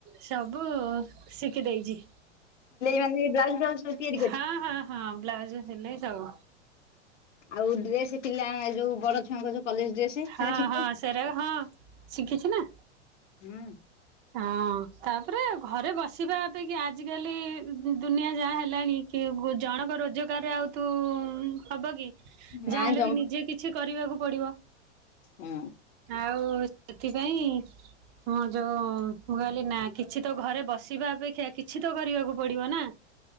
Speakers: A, on the right; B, on the left.
A: ସବୁ ଶିଖିଦେଇଚି।
B: ଖାଲି ଏଇ ବ୍ଲାଉସ ଫାଲୁଜ ତି
A: ହଁ ହଁ ହଁ ବ୍ଲାଉଜ ସିଲେଇ ସବୁ।
B: ଆଉ ଡ୍ରେସ ପିଲା ଏ ଯୋଉ ବଡ ଛୁଆଙ୍କ ଯୋଉ କଲେଜ ଡ୍ରେସ।
A: ହଁ
B: ସେଟା ଶିଖିଛ
A: ହଁ ସେରାଉ ହଁ ଶିଖିଛି ନା।
B: ହୁଁ।
A: ହଁ ତାପରେ ଘରେ ବସିବା ଅପେକ୍ଷା ଆଜିିକାଲି ଦୁନିଆ ଯାହା ହେଲାଣି କି ଜଣଙ୍କ ରୋଜୋଗାରେ ଆଉ ତୁ ହବ କି? ଯାହାହେଲେ
B: ନାଇଁ
A: ବି ନିଜେ କିଛି କରିବାକୁ ପଡିବ।
B: ହୁଁ।
A: ଆଉ ସେଥିପାଇଁ ହ ଯୋ ମୁଁ କହିଲି ନା କିଛି ତ ଘରେ ବସିବା ଅପେକ୍ଷା କି ଛିତ କରିବାକୁ ପଡିବ ନା